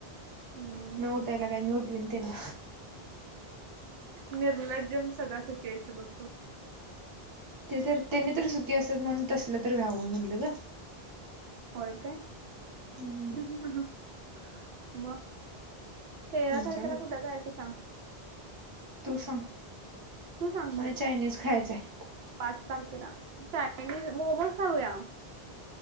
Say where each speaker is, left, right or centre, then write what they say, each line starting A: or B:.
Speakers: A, on the right; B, on the right.
A: हम्म
B: न
A: हम्म
B: उठायला काय मी उठवीन त्याला.
A: निर्लज्जम सदा सुखी आहेस बघ तु.
B: ते तर त्याने तर सुखी असतात म्हणून तसलं तर व्यावं म्हटलं ग.
A: होय काय
B: हम्म
A: म. तेरा
B: तुमच्याकडे
A: तारखेला कुठं जायचं सांग.
B: तू सांग.
A: तू सांग
B: मला चायनीज खायचंय
A: पाच तारखेला चायनीज मोमोज खाऊया.